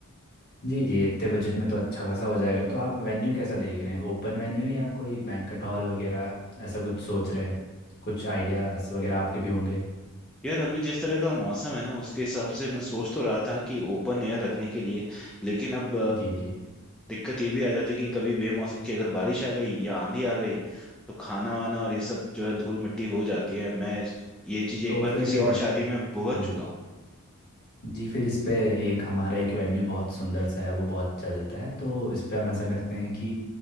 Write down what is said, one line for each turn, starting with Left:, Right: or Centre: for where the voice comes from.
Left: जी जी इतने बजट में तो अच्छा खासा हो जाएगा तो आप वेन्यू कैसा देख रहे हैं ओपन वेन्यू या कोई बैंक्वेट हॉल वगैरह ऐसा कुछ सोच रहे हैं कुछ आइडियाज़ वगैरह आपके भी होंगे
Centre: यार अभी जिस तरह का मौसम है ना उसके हिसाब से मैं सोच तो रहा था कि ओपन एयर रखने के लिए लेकिन अब
Left: जी जी
Centre: दिक्कत ये भी आ जाती कि कभी बेमौसम की अगर बारिश आ गई या आंधी आ गई तो खाना वाना और ये सब जो है धूल मिट्टी हो जाती है मैं ये चीज एक
Left: तो
Centre: बार
Left: फिर
Centre: किसी और शादी में भुगत
Left: हाँ
Centre: चुका हूँ
Left: जी फिर इस पे एक हमारा एक वेन्यू बहुत सुंदर सा है वो बहुत चलता है तो इस पे हम ऐसा करते हैं कि